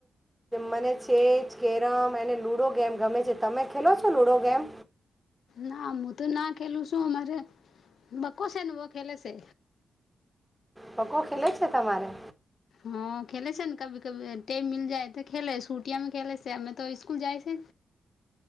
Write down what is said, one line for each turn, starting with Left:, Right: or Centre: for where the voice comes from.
Centre: મને ચેસ, કેરમ અને લુડો ગેમ ગમે છે તમે ખેલો છો લુડો ગેમ
Left: ના હું તો ના ખેલું છું અમારે બકો છે ને બહું ખેલે છે.
Centre: બકો ખેલે છે તમારે
Left: હા ખેલે છે ને કભી ક ટટેમ મી જાય તો ખેલે છુટિયામાં ખેલે છે અમે તો સ્કૂલ જાય છે